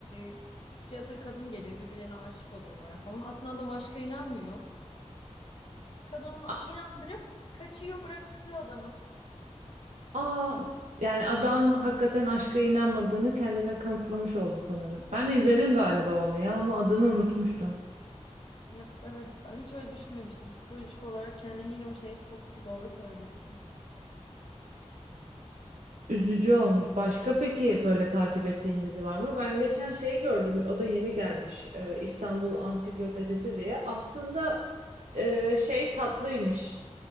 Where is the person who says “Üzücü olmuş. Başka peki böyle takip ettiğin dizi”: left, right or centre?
Right